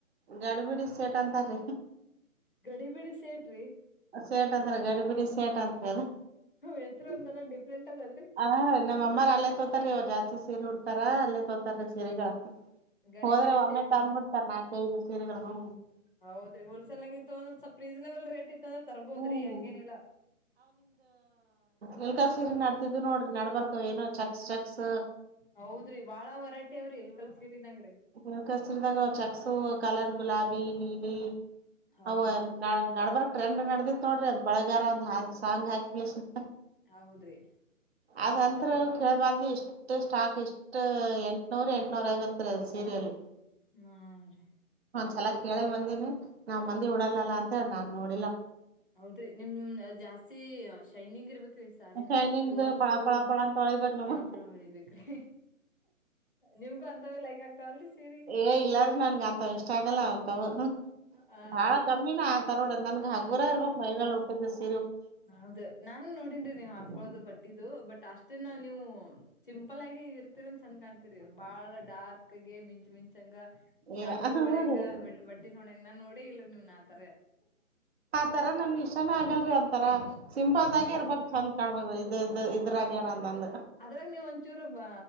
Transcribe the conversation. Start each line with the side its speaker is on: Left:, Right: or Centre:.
Right: ಗಡು ಬಿಡಿ ಸೇಟ್ ಅಂತಾರೀ.
Left: ಗಡಿ ಬಿಡಿ ಸೇಟ್ರಿ.
Right: ಸೇಟ ಅಂದ್ರ ಗಡಿ ಬಿಡಿ ಸೇಟ ಅಂತ.
Left: ಹೆಸರು
Right: <inaudible>
Left: ಒಂಥರ ಡಿಫ್ರೆಂಟ್ ಅದಲ್ರಿ
Right: ಹ ನಮ್ಮ ಅಮ್ಮಾರ ಅಲ್ಲೇ ತೋತಾರೀ ಅವ್ರು ಜಾಸ್ತಿ ಸೀರಿ ಉಡ್ತಾರ ಅಲ್ಲೇ ತೋತಾರೀ ಸೀರಿಗಳ.
Left: ಗಡಿ
Right: ಹೋದ್ರೆ
Left: ಬಿಡಿ
Right: ಒಮ್ಮೆ
Left: ಸೇಟ್
Right: ತಂದ್ಬಿಡ್ತಾರೆ ನಾಲ್ಕೈದು ಸೀರಿಗಳ ಹ್ಮ.
Left: ಹೌದ್ರೀ ಹೋಲ್ಸೆಲನ್ಯಾಗ ಇತ ತೊಂದ್ರೆ ಸಪ ರೀಸನೇಬಲ್ ರೇಟ್ ಇತ್ತ. ತರ್ಬೋದ್ರಿ
Right: ಹ್ಮ್
Left: ಹಂಗೇನಿಲ್ಲಾ.
Right: ಇಲ್ಲಿ ತರಿಸಿರು ನಡ್ತಿದ್ದು ನೋಡ್ರಿ ನಡ್ಬರ್ಕ ಅವ ಏನೋ ಚಕ್ಸ್ ಚಕ್ಸ್.
Left: ಹೌದ್ರಿ ಬಾಳ ವರೈಟಿ ಅವ್ರಿ ಇಳಕಲ್ ಸಿರಿನ್ಯಾಗ ರಿ.
Right: ಇಳಕಲ್ ಸಿರಿದಾಗ ಚಕ್ಸು ಕಲರ್ ಗುಲಾಬಿ ನೀಲಿ.
Left: ಹೌದ್ರಿ
Right: ಅವ ನಡ್ಬರಕ್ ಟ್ರೆಂಡ್ ನಡ್ದಿತ್ ನೋಡ್ರಿ ಅಂದ್ ಬಳಗಾರಂದ ಸಾಂಗ್ ಹಾಕ್ಯೇಶಿಂದ.
Left: ಹೌದ್ರಿ.
Right: ಅದಂತ್ರು ಕೇಳ್ಬಾರ್ದು ಇಷ್ಟ ಸ್ಟಾಕ್ ಇಷ್ಟ ಎಂಟ್ನೂರ್ ಎಂಟ್ನೂರೈವತ್ ರಿ ಅದ ಸೀರಿ ಅಲ್ಲಿ.
Left: ನೋಡ್ರಿ.
Right: ಒಂದ್ ಸಲಾ ಕೇಳೇ ಬಂದೀನಿ ನಾವ್ ಮಂದಿ ಉಡಲಲ್ಲಾ ಅಂತೇಳಿ ನಾನ್ ನೋಡ್.
Left: ಹೌದ್ರಿ ನಿಮ್ ಅ ಜಾಸ್ತಿ ಶೈನಿಂಗ್ ಇರ್ಬೇಕ. ರೀ ಸಾರಿ ನಿಮ್ದು
Right: ಶೈನಿಂಗ್ದ
Left: ಸ್ಟೋನ್ಸು
Right: ಪಳ ಪಳ ಪಳ ಅಂತ ತೊಳಿಬೇಕ್ ನವು
Left: ಪಳ ಪಳ ಹೊಳಿಬೇಕ್ರಿ. ನಿಮ್ಗು ಅಂತವೆ ಲೈಕ್ ಆಗ್ತಾವಲ್ರಿ. ಸೀರಿ
Right: ಏ ಇಲ್ಲಾರಿ ನನ್ಗ ಅಂತವ್ ಇಷ್ಟಾಗಲ್ಲ ಅಂತಾವು.
Left: ಹಾ
Right: ಬಾಳ
Left: ರೀ
Right: ಗಮ್ಮಿನ ಆತರ ನೋಡ ನನ್ಗ್ ಹಗುರ ಇರ್ಬಕ್ ಮೈಮ್ಯಾಲ್ ಉಟ್ಟಿದ್ದ ದಿವ್ಸ.
Left: ಹೌದ ನಾನು ನೋಡಿನಿ ರಿ ನೀವ್ ಹಾಕೊಳ್ಳೋದು ಬಟ್ಟಿದು ಬಟ್ ಅಷ್ಟೇನ ನೀವು ಸಿಂಪಲ್ ಆಗಿ. ಇರ್ತಿರಿನ್ ಚಂದ್ ಕಾಣ್ತೀರಿ ಬಾಳ್ ಡಾರ್ಕ್. ಕಗೆ ಮಿಂಚ್ ಮಿಂಚಂಗ ಶಾಂಡಲ್
Right: ಏ ಹೂ
Left: ಹೊಳೆಂಗ
Right: ರೀ
Left: ಬಟ್ಟಿನ ಹೊಳೆಂಗ ನಾ ನೋಡೇ ಇಲ್ರಿ ನಿಮನ್. ತರೆ.
Right: ತರಾ ನನಗ್ ಇಷ್ಟಾನ ಆಗಲ್ರರಿ ಒಂತರ ಸಿಂಪಲ್ದಾಗೆ
Left: ಹೌದು
Right: ಇರಬಕ್ ಚಂದ್ ಕಾನ್ಬಕ್. ಇ ಇದ್ರಾಗೆನದಂದ.
Left: ಅದ್ರಾಗ ನೀವ್ ಒಂಚೂರು ಬ